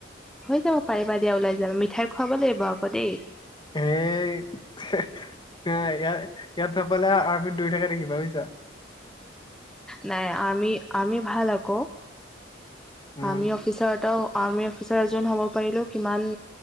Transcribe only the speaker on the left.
সেই। এ ইয়াত ইয়াত নাপালে আৰ্মিত দৌৰি থাকে দেখিবা বুজিছা।
উম